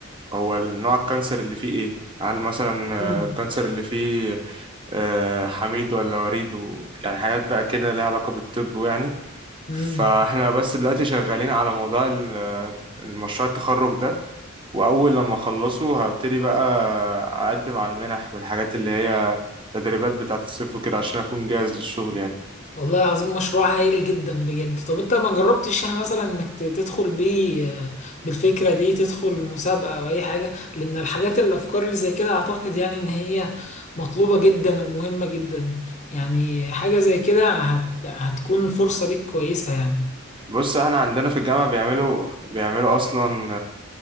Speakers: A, on the right; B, on the left.
A: هو نوع الكانسر اللي فيه ايه هل مثلا آه،
B: مم.
A: الكانسر اللي فيه آه، حميد ولا وريد و... يعني حاجات بقى كده ليها علاقة بالطب يعني
B: مم.
A: فاحنا بس دلوقتي شغالين على موضوع ال- المشروع التخرج ده واول لما اخلصه هبتدي بقى اقدم على المنح والحاجات اللي هي تدريبات بتاعة الصيف وكده عشان اكون جاهز للشغل يعني
B: والله العظيم مشروع هايل جدا بجد طب انت ما جربتش يعني مثلا انك ت- تدخل بيه آه، بالفكرة دي تدخل مسابقة او اي حاجة لان الحاجات الافكار اللي زي كده اعتقد يعني ان هي مطلوبة جدا ومهمة جدا يعني حاجة زي كده هت... هتكون فرصة ليك كويسة يعني
A: بص احنا عندنا في الجامعة بيعملوا بيعملوا اصلا